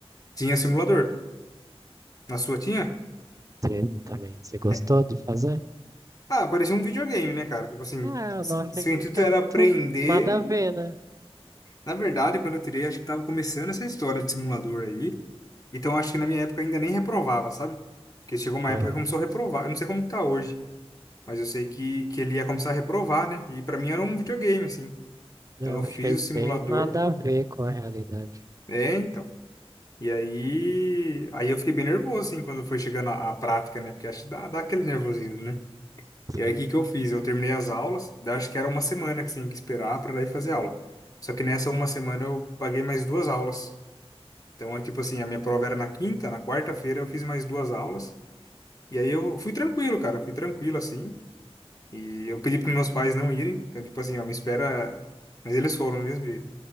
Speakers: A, on the left; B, on the right.
A: Tinha simulador. Na sua tinha?
B: Teve também. Você gostou
A: É.
B: de fazer?
A: Ah, parecia um videogame, né, cara? Tipo assim,
B: Ah, eu
A: se,
B: não achei
A: se
B: que
A: o
B: não
A: intuito
B: tinha
A: era
B: muito
A: aprender.
B: nada a ver, né?
A: Na verdade, quando eu tirei, acho que tava começando essa história de simulador aí. Então acho que na minha época ainda nem reprovava, sabe? Porque chegou uma
B: Aham.
A: época que começou a reprovar. Eu não sei como que tá hoje, mas eu sei que, que ele ia começar a reprovar, né? E pra mim era um videogame, assim. Então
B: Eu
A: eu
B: achei
A: fiz o simulador.
B: bem nada a ver com a realidade.
A: É, então. E aí, aí eu fiquei bem nervoso, assim, quando foi chegando a, a prática, né? Porque acho que dá, dá aquele nervosismo, né? E aí
B: Sim.
A: o que que eu fiz? Eu terminei as aulas, daí acho que era uma semana que tinha que esperar para daí fazer aula. Só que nessa uma semana eu paguei mais duas aulas. Então é tipo assim, a minha prova era na quinta, na quarta-feira eu fiz mais duas aulas. E aí eu fui tranquilo, cara, fui tranquilo assim. E eu pedi para meus pais não irem. Então, tipo assim, ó, me espera. Mas eles foram do mesmo jeito.